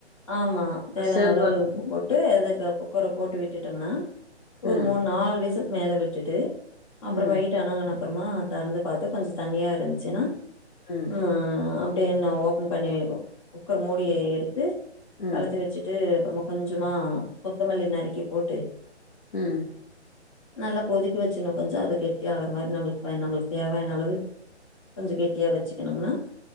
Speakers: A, on the left; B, on the left.
A: ஆமா தேவையான
B: சேந்து
A: அளவு
B: வரு
A: உப்பு போட்டு அதுக்கு குக்கர போட்டு விட்டுட்டம்ன்னா
B: ம்
A: ஒரு மூணு நாலு வீசிலுக்கு மேல விட்டுட்டு அப்புறமா
B: ம்
A: வெய்ட்டு் அனங்குன அப்றமா தெறந்து பாத்து கொஞ்சோ தண்னியா இருந்துச்சின்னா
B: ம்
A: ம அப்டி என்ன ஓப்பன் பண்ணி வை குக்கர் மூடிய எடுத்து
B: ம்
A: களத்து வச்சுட்டு அப்புறமா கொஞ்சமா கொத்தமல்லி நறுக்கி போட்டு
B: ம்
A: நல்லா கொதிக்க வச்சுன்னு கொஞ்சோ அது கெட்டி ஆகுற மாரி நம்மளுக்கு நம்மளுக்கு தேவையான அளவு கொஞ்சோ கெட்டியா வச்சுக்கணுனா